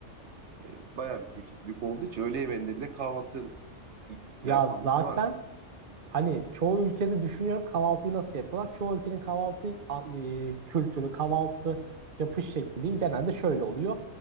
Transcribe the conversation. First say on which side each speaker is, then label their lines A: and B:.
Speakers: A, on the right; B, on the right.
A: e, bayağı bir çeşitlilik olduğu için öğle yemeğinde bile kahvaltı ile
B: Ya
A: yapanlar
B: zaten
A: var.
B: Hani çoğu ülkede düşünüyorum kahvaltıyı nasıl yapıyorlar. Çoğu ülkenin kahvaltı e, kültürü, kahvaltı yapış şekli diyeyim genelde şöyle oluyor.